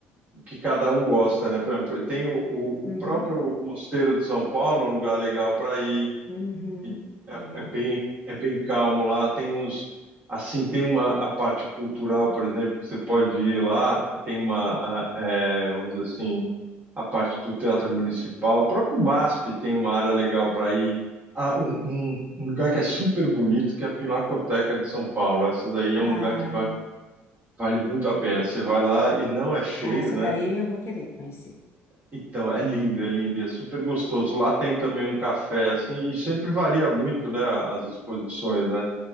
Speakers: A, on the right; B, on the left.
A: que cada um gosta, né? Por exemplo, tem o, o,
B: Uhum,
A: o próprio Mosteiro de São Paulo, um lugar legal para ir,
B: uhum,
A: e é,
B: legal.
A: é bem é bem calmo lá. Tem os assim tem uma a parte cultural, por exemplo, que você pode ir lá. Tem uma a- é, vamos dizer assim a parte do Teatro Municipal, o próprio MASP tem uma área legal para ir. Ah, um, um- um lugar que é super bonito que é a Pinacoteca de São Paulo. Essa daí é
B: Ah,
A: um lugar que vale, vale muito a pena. Você vai lá e não é cheio,
B: ah, essa
A: né?
B: daí eu vou querer conhecer.
A: Então, é lindo, é lindo e é super gostoso. Lá tem também um café, assim, e sempre varia muito, né, as exposições, né?